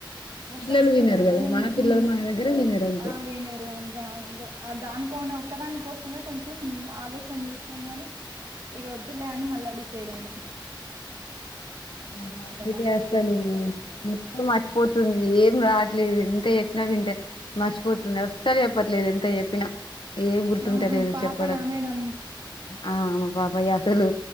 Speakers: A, on the right; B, on the left.
A: మొత్తం
B: పిల్లలు
A: స్కూల్
B: వినరు
A: మీదనే
B: కదా
A: హ్మ్
B: మన
A: హు
B: పిల్లలు మన దగ్గర వినరు అంతే
A: ఆ పోయినారు అం ద ఆ దానికోనే ఒక్కదాని కోసమే కొంచెం ఆలోచన చేసినాం గానీ ఇగ వద్దులే అని మళ్ళా డిసైడ్ అయినాం
B: ఆహా
A: ఇంకా
B: <unintelligible>
A: మళ్ళా
B: వస్తలేవు
A: వేరే
B: మొత్తం మర్చిపోతుంది ఏం రాట్లేదు ఎంత చెప్పినా వింటే మర్చిపోతుంది అస్సలు చెప్పట్లేదు ఎంత చెప్పినా ఏం గుర్తుంటా
A: ఆహా
B: లేదు
A: పాపనా
B: చెప్పడం
A: మేడం
B: ఆ బాబయ్య అసలు